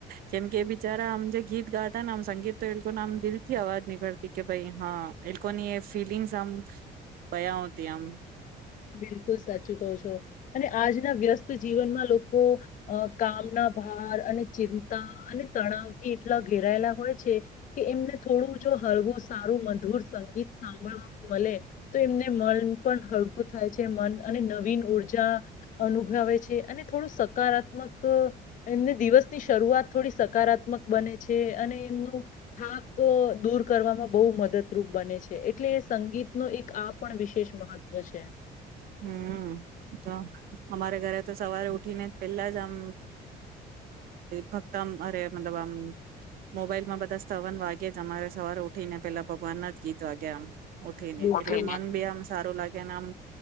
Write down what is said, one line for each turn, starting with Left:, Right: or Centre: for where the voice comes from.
Right: કેમ કે એ બિચારા આમ જે ગીત ગાતા ને આમ સંગીત તો એ લોકોને આમ દિલ થી અવાજ નીકળતી કે ભાઈ હા એ લોકોની એ ફિલિંગ્સ આમ ભયા હોતી આમ
Left: બિલકુલ સાચું કહ છો અને આજના વ્યસ્ત જીવનમાં લોકો કામના ભાર અને ચિંતા અને તણાવથી એટલા ઘેરાયેલા હોય છે કે એમને થોડું જો હળવું સારું મધુર સંગીત સાંભળવા મળે તો એમને મન હકું થાય છે મન અને નવીન ઉર્જા અનુભવે છે અને થોડું સકારાત્મક એમને દિવસની શરૂઆત થોડી સકારાત્મક બને છે અને એમનું થાક દૂર કરવામાં બહુ મદદરૂપ બને છે એટલે સંગીત ન એક આ પણ વિશેષ મહત્વ પછ છે.
Right: હમ તો અમારે ઘરે તો સવારે ઉઠીને પેલા જ આમ ભક્ત અરે મતલબ મોબાઈલમાં બા સવન વાગ્યા જ અમારે સવારે ઉઠી ને પેલા ભગવાન ના જ ગીત વાગ્યા આમ ઉઠીને
Left: બિલકુલ
Right: એટલે મન બી આમ સારું લાગેને આમ.